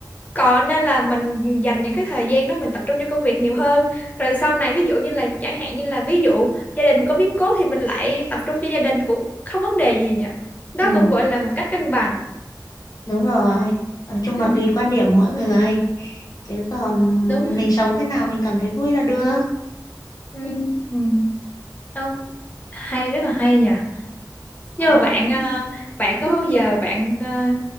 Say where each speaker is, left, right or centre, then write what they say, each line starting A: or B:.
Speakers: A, on the left; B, on the left.
A: còn nên là mình dành những cái thời gian đó mình tập trung cho công việc nhiều hơn. Rồi sau này ví dụ như là chẳng hạn như là ví dụ gia đình có biến cố thì mình lại tập trung cho gia đình cũng không vấn đề gì nhỉ. Đó
B: ừ
A: cũng gọi là một cách cân bằng.
B: đúng rồi nói chung
A: Ừ,
B: là tùy quan điểm mỗi người chứ còn
A: đúng rồi.
B: mình sống thế nào mình cảm thấy vui là được
A: Ừ. Ừ. Đâu, hay rất là hay nhỉ.
B: Ờ,
A: Nhưng mà bạn ờ, bạn có bao giờ bạn ờ,